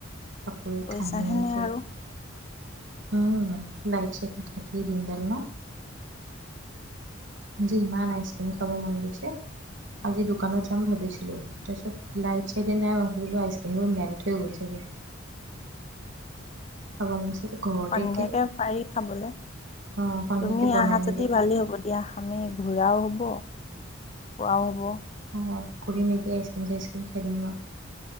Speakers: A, on the right; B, on the left.
A: কাপোৰে
B: কৈছাহেনে
A: কানিয়েকে।
B: আৰু
A: উম। লাইট চেট নাথাকি দিনডাল ন। মোৰ যে ইমান আইচক্ৰীম খাব মন গৈছে। আজি দোকানত যাম ভাবিছিলো। তাৰপিছত লাইট চাইতে নাই, মই ভাবিলো আইছক্ৰিম ঠৈ গ'ল ছাগে। মন গৈছে ঘৰতে
B: সন্ধিয়াকে
A: একে
B: পাৰি খাবলৈ,
A: অ সন্ধিয়াকে
B: তুমি
A: বনাই
B: আহা
A: মেলি
B: যদি ভালেই হ'ব দিয়া আহা। আমি ঘূৰাও হ'ব খোৱাও হ'ব।
A: অঁ ঘূৰিম এতিয়া, আইচক্ৰীম চাইচক্ৰীম খাই দিম ৰ।